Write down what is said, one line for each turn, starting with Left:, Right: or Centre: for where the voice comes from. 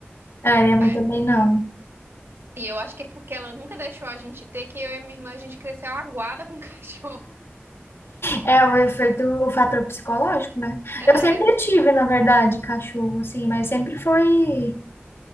Left: É, minha mãe
Right: Ah,
Left: também não.
Right: E eu acho que é porque ela nunca deixou a gente ter, que eu e a minha irmã a gente cresceu aguada com <laughs> cachorro.
Left: É o efeito, o fator psicológico, né?
Right: É.
Left: Eu sempre tive, na verdade, cachorro, assim, mas sempre foi.